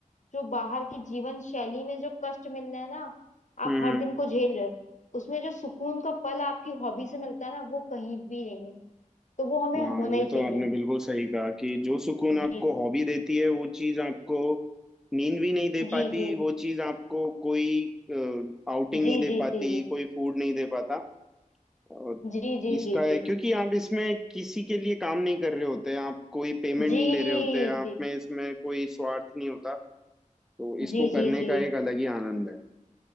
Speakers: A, on the left (about 60°); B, in the centre.
A: जो बाहर की जीवन शैली में जो कष्ट मिल रहा है ना आप
B: हम्म
A: हर
B: हम्म
A: दिन को झेल रहे हो उसमें जो सुकून का पल आपकी हॉबी से मिलता है ना वो कहीं भी नहीं है तो वो हमें
B: हाँ
A: होना
B: ये
A: ही
B: तो
A: चाहिए
B: आपने बिल्कुल सही कहा कि जो सुकून आपको
A: जी
B: हॉबी देती है वो चीज आपको नींद भी नहीं दे
A: जी
B: पाती
A: जी
B: वो चीज आपको कोई आउटिंग
A: जी
B: नहीं दे
A: जी
B: पाती
A: जी जी
B: कोई फूड नहीं दे पाता और
A: जी जी
B: इसका
A: जी
B: है
A: जी
B: क्योंकि आप इसमें किसी के लिए काम नहीं कर रहे होते आप कोई पेमेंट
A: जी
B: नहीं ले रहे होते आप
A: जी
B: में इसमें कोई स्वार्थ नहीं होता तो इसको
A: जी जी
B: करने
A: जी जी
B: का एक अलग ही आनंद है